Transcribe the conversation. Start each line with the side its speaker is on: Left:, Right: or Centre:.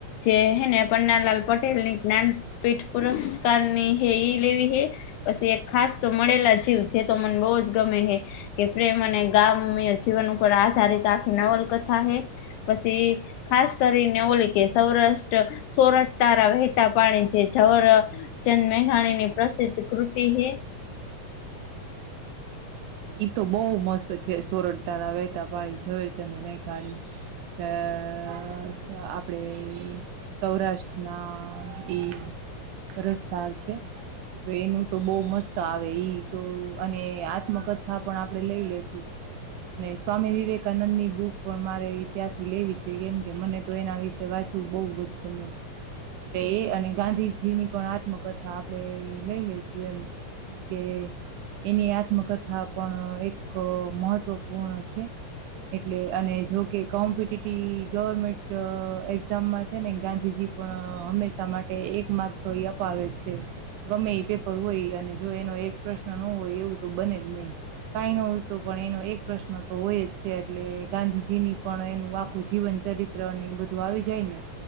Left: જે હેને પન્નાલાલ પટેલ ની જ્ઞાનપીઠ પુરસ્કારની <unintelligible> લેવી હે, પછી એક ખાસ તો મળેલા જીવ, જે તો મને બહુ જ ગમે મે હે. કે પ્રેમ અને ગામ્ય જીવન ઉપર આધારિત આખી નવલકથા હે. પસી ખાસ કરીને ઓલી કે સૌરાષ્ટ્ર સોરઠ તારા વહેતા પાણી જે જ ઓર ચંદ મેઘાણીની પ્રસિદ્ધ કૃતિ હે.
Right: ઈ તો બહું મસ્ત છે સોરઠ તારા વહેતા પાણી ઝવેરચંદ મેઘાણી. અહ સ આપણેે સૌરાષ્ટ્રના ઈ રસ્તા છે. તો એનું તો બહુ મસ્ત આવે ઈ તો અને આત્મકથ કથા પણ આપણે લઈ લેશું. અને સ્વામી વિવેકાનંદ ની બુક પણ મારે ઈ ત્યાંથી લેવી છે કેમ કે મને તો એના વિશે વાચ ચું બહુ જ ગમે છે. એટલે એ અને ગાંધીજીની પણ આત્મકથા આપણે લઈ લઈશું એમ, કેમ કે એની આત્મકથા પણ એક મહત્વપૂર્ણ છે. એટલે અને જોકે કોમ્પિટિટિ ગવર્મેન્ટ એક્ઝામમાં છે ને ગાંધીજી પણ હંમેશા માટે એક માર્ક તો ઈ અપાવે જ છે. ગમે ઈ પેપર હોય અને જો એન નો એક પ્રશ્ન ન હોય એવું તો બને જ નહીં. કાઈ નો હોય તો પણ એનો એક પ્રશ્ન તો હોય જ છે, એટલે ગાંધીજીની પણ એનું આખું જીવ ન ચરિત્ર ને બધું આવી જાય ને